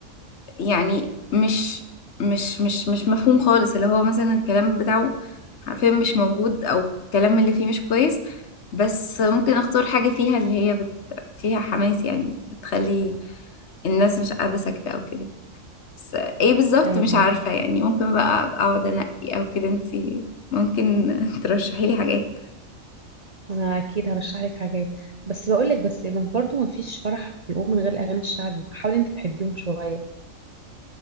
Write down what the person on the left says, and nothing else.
يعني مش مش مش مش مفهوم خالص اللي هو مثلا الكلام بتاعه حرفيا مش موجود او الكلام اللي فيه مش كويس بس ممكن اختار حاجة فيها اللي هي بت... فيها حماس يعني تخلي الناس مش قاعدة ساكتة او كده بس ايه بالظبط
مش عارفة
يعني ممكن بقى أبقى اقعد انقي او كده انتي ممكن <laughs> ترشحي لي حاجات